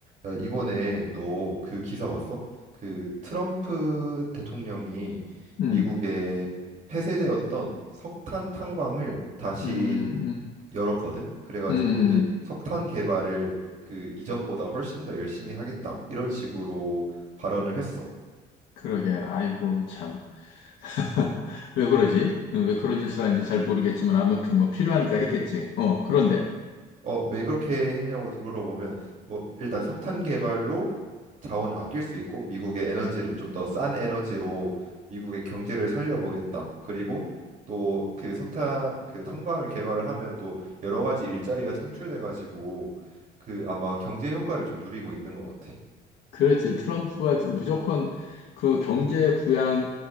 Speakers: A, on the right; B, on the left.
A: 야, 이번에 너 그 기사 봤어? 그 트럼프 대통령이
B: 음,
A: 미국에 폐쇄되었던 석탄 탄광을 다시
B: 음,
A: 열었거든. 그래가지고
B: 음, 음, 음.
A: 이제 석탄 개발을 그 이전보다 훨씬 더 열심히 하겠다. 이런 식으로 발언을 했어.
B: 그러게. 아이고, 참. <laughs> 왜 그러지? 음, 왜 그런 짓을 하는지 잘 모르겠지만, 아무튼 뭐 필요하니까 했겠지. 어, 그런데.
A: 어, 왜 그렇게 했냐고 물어보면 뭐 일단 석탄 개발로 자원을 아낄 수 있고 미국의 에너지를 좀 더 싼 에너지로 미국의 경제를 살려보겠다. 그리고 또 그 석탄 그 탄광을 개발을 하면 또 여러 가지 일자리가 창출돼 가지고 그 아마 경제 효과를 좀 누리고 있는 것 같아.
B: 그렇지. 트럼프가 지 무조건 그 경제 부양에